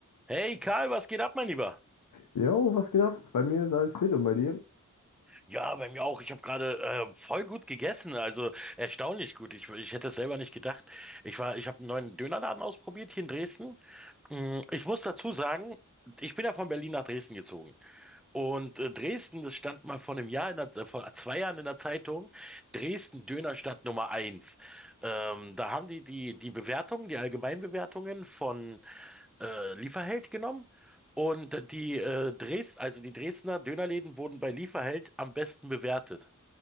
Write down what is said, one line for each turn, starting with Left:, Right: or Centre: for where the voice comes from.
Centre: Hey Karl, was geht ab, mein Lieber?
Left: Jo, was geht ab? Bei mir ist alles fit und bei dir?
Centre: Ja, bei mir auch. Ich habe gerade äh, voll gut gegessen, also erstaunlich gut. Ich, ich hätte es selber nicht gedacht. Ich war, ich habe einen neuen Dönerladen ausprobiert hier in Dresden. Mm, Ich muss dazu sagen, ich bin ja von Berlin nach Dresden gezogen. Und äh, Dresden, das stand mal vor einem Jahr, in der, äh, vor zwei Jahren in der Zeitung, Dresden Dönerstadt Nummer eins. Ähm, da haben die die die Bewertungen, die Allgemeinbewertungen von äh, Lieferheld genommen und die äh, Dres also die Dresdner Dönerläden wurden bei Lieferheld am besten bewertet.